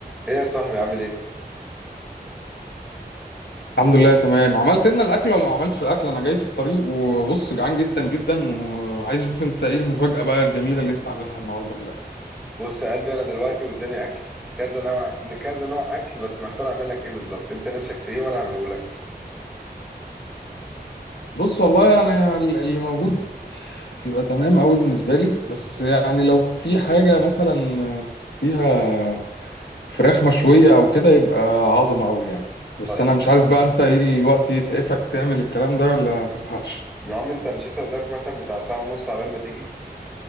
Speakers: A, in the centre; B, on the left (about 80°).
A: ايه يا صاحبي عامل ايه
B: الحمد لله تمام عملت لنا الاكل ولا ما عملتش الاكل انا جاي في الطريق وبص جعان جدا جدا وعايز اشوف انت ايه المفاجأة بقى الجميلة اللي انت عاملها النهارده في الاكل
A: بص يا قلبي انا دلوقتي قدامي اكل كذا نوع كذا نوع اكل بس محتار اعمل لك ايه بالظبط انت نفسك في ايه وانا اعمله لك
B: بص والله انا ال- اللي موجود يبقى تمام قوي بالنسبة لي بس يعني لو في حاجة مثلا فيها فراخ مشوية او كده يبقى عظمة قوي يعني بس
A: طيب
B: انا مش
A: بص
B: عارف بقى انت ايه الوقت يسعفك تعمل الكلام ده ولا متلحقش
A: يا عم انت مش انت قدامك مثلا بتاع ساعه ونص عبال ما تيجي